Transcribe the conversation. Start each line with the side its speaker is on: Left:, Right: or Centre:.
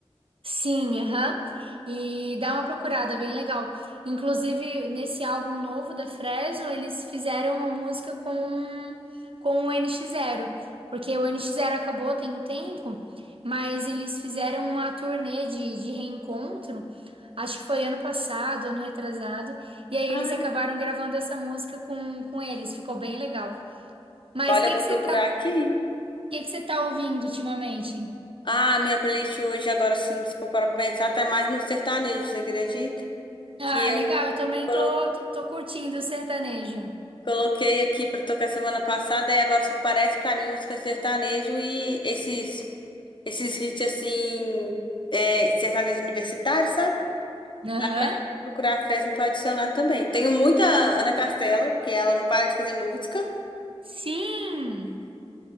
Right: Sim, aham. E dá uma procurada, bem legal. Inclusive, nesse álbum novo da Fresno, eles fizeram uma música com, com o NX Zero. Porque o NX Zero acabou tem um tempo, mas eles fizeram uma turnê de, de reencontro. Acho que foi ano passado, ano retrasado. E aí
Left: Ai.
Right: eles acabaram gravando essa música com, com eles. Ficou bem legal. Mas
Left: Olha,
Right: o que
Left: eu vou
Right: que você
Left: procurar
Right: tá,
Left: aqui.
Right: que que você tá ouvindo ultimamente?
Left: Ah, minha playlist hoje, agora sim, se for parar pra pensar, tá mais no sertanejo, você acredita?
Right: Ah,
Left: Que eu
Right: legal. Eu também
Left: colo-
Right: tô, tô, tô curtindo o sertanejo.
Left: coloquei aqui pra tocar semana passada e agora só aparece pra mim música sertanejo e esses. Esses hits assim, é, sertanejo universitário, sabe?
Right: Aham.
Left: Ah, mas eu vou procurar a Fresno pra adicionar também. Tenho muita Ana Castela, que ela não para de fazer música,
Right: Sim!